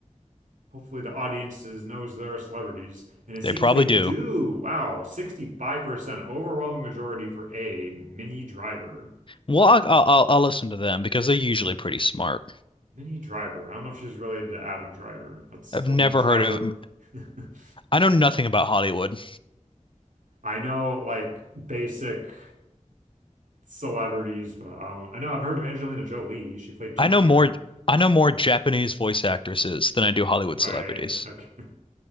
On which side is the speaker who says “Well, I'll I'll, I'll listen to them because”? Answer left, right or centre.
Left